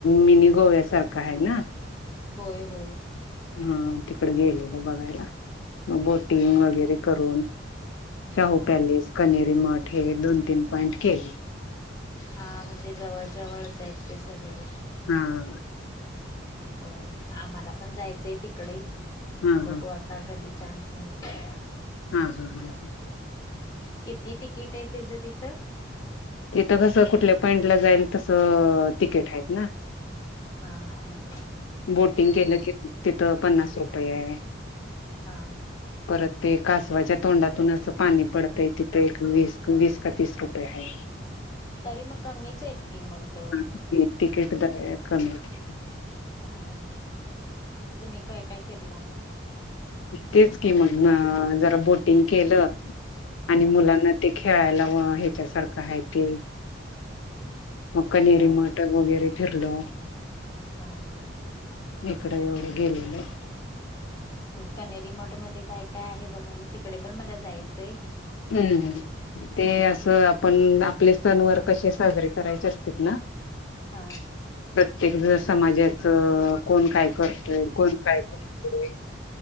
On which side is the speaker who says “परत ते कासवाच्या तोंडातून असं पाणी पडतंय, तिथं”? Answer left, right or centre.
Left